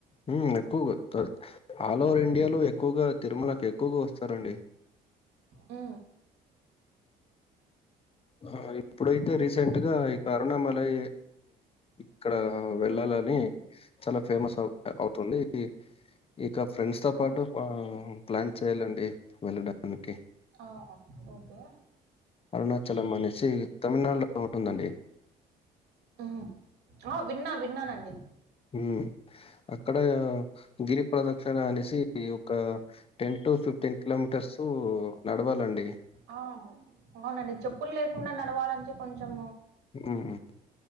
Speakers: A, on the left (about 35°); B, on the right (about 75°).
A: ఊ ఎక్కువగా వస్తారు ఆల్ ఓవర్ ఇండియాలో ఎక్కువగా తిరుమలకి ఎక్కువగా వస్తారండి
B: ఊ
A: అ ఇప్పుడైతే రీసెంట్గా ఈ కరునామలై ఇక్కడ వెళ్ళాలని చాలా ఫేమస్ అవ్ అవుతుంది ఇక ఫ్రెండ్స్ తో
B: ఆహా
A: పాటు ఊ ప్లాన్ చేయాలండి వెళ్ళడానికి
B: ఆ ఓకే
A: అరుణాచలం అనేసి తమిళనాడులో ఉంటుందండి
B: ఉ ఆ విన్నా విన్నానండి
A: ఉ అక్కడ గిరి ప్రదక్షణ అనేసి ఒక ఒక టెన్ టు ఫిఫ్టీన్ కిలోమీటర్స్ నడవాలండి
B: ఆ అవునండి చెప్పులు లేకుండా నడవాలంటే కొంచెం
A: ఉ